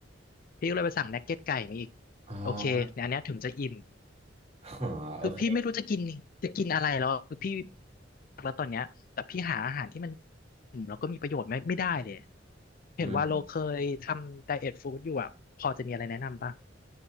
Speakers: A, on the left; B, on the right.
A: พี่ก็เลยไปสั่งนักเก็ตไก่มาอีก
B: อ๋อ
A: โอเคเนี่ยอันเนี้ยถึงจะอิ่ม
B: <laughs> อ๋อโอเค
A: คือพี่ไม่รู้จะกินจะกินอะไรแล้วคือพี่แล้วตอนเนี้ยแต่พี่หาอาหารที่มันอืมแล้วก็มีประโยชน์ไม่ไม่ได้เลยเห็นว่าโลเคยทำไดเอทฟู้ดอยู่อ่ะพอจะมีอะไรแนะนำป่ะ
B: อืม